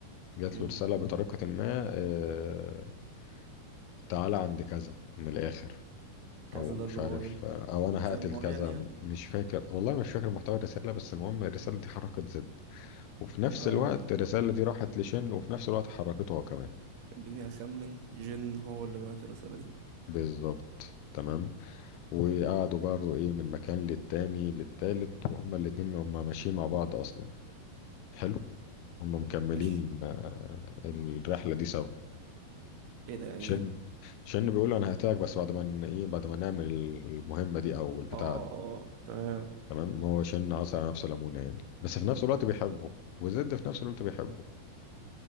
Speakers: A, on the left (about 85°); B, on the right (about 80°).
A: جات
B: امم
A: له رسالة بطريقة ما آه، تعالى عند كذا من الآخر
B: كذا
A: أو مش
B: ده اللي
A: عارف
B: هو ايه
A: آه، أو أنا
B: مكان
A: هقتل
B: معين
A: كذا
B: يعني
A: مش فاكر والله مش فاكر محتوى الرسالة بس المهم الرسالة دي حركت زد وفي نفس
B: اه
A: الوقت الرسالة دي راحت لشن وفي نفس الوقت حركته هو كمان
B: خليني أخمن جن هو اللي بعت الرسالة دي
A: بالظبط تمام وقعدوا برضو إيه من مكان للتاني للتالت وهما الاتنين هما ماشيين مع بعض أصلا حلو هم مكملين
B: ماشي
A: آه، الرحلة دي سوا
B: ايه ده يعني
A: شن
B: ايه
A: شن بيقول له انا هقتلك بس بعد ما ن- ايه بعد ما نعمل المهمة دي او البتاعة
B: اه
A: دي
B: اه تمام
A: تمام هو شن عصر على نفسه ليمونة يعني بس في نفس الوقت
B: مم.
A: بيحبه وزد في نفس الوقت بيحبه